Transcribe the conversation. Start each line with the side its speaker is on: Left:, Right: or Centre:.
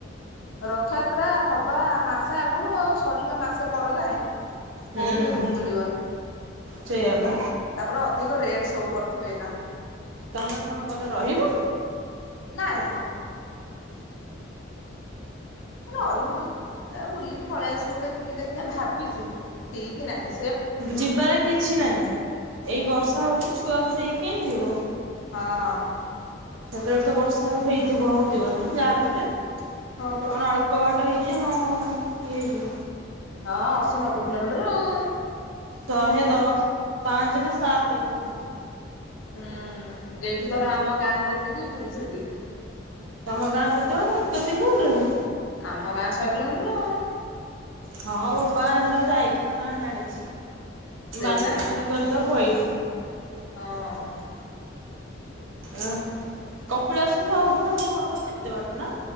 Left: ରଥଯାତ୍ରା ହବା ମାସେ ଆଗରୁ ଆଉ ସରିବା ମାସେ ପରେ ଯାଏ
Right: ହୁଁ।
Left: କୋଉଠି ରୁମ୍ ମିଳିବନି।
Right: ସେଇଆ ପା
Left: ତାପରେ ଅଧିକ ରେଟ୍ ସବୁ କରିଥିବେ ଏଇ ନା।
Right: ତମେ କଣ ଗଲେ ରହିବୁ?
Left: ନାଇଁ ମ। ରହିବୁନି ଏ ବୁଲିକି ପଳେଇ ଆସିବୁ ଦେଖିକି ଦେଖିବା ଭାବିଛୁ ଠିକ ନାଇଁ।
Right: ଯିବାର କିଛି ନାହିଁ ଏଇ ବର୍ଷା
Left: ହଁ
Right: ହଉଛିି ଛୁଆକୁ ନେଇକି ଯିବ।
Left: ହଁ।
Right: ସେତେବେଳେ ତ ବର୍ଷା ହେଇଥିବ ହଉଥିବ ନା ଯାହା ବି ହେଲେ
Left: ହଁ ବା
Right: କଣ ଅଳ କବାଟ ହେଇଛି ହଁ ଇ ହେଇଯିବ।
Left: ହଁ ଅଶୀ ନବେ କିଲୋମିଟର ଆଉ।
Right: ଶହେ ଦଶ ପାଞ୍ଚ ନା ସାତ କହୁଥିଲେ।
Left: ହୁଁ ଏଇଠୁ ଧର ଆମ ଗାଁ ଯେତିକି ପୁରୀ ସେତିକି।
Right: ତମ ଗାଁ କେତେଟ କେତେ କିଲୋମିଟର ଅଛି?
Left: ଆମ ଗାଁ ଶହେ କିଲୋମିଟର ଆଉ।
Right: ହଁ ବୋପା ସେଦିନ ମୁଁ ଯାଇଚି ତ ମା ଜାଣିଛି,
Left: ସେଇବା
Right: ବାନ୍ତି କରିକରି ତ ପଇଲି।
Left: ହଁ।
Right: ଅଁ, କପିଳାସଠୁ ଆହୁରି ତୋମ ଘର କେତେ ବାଟ ନା?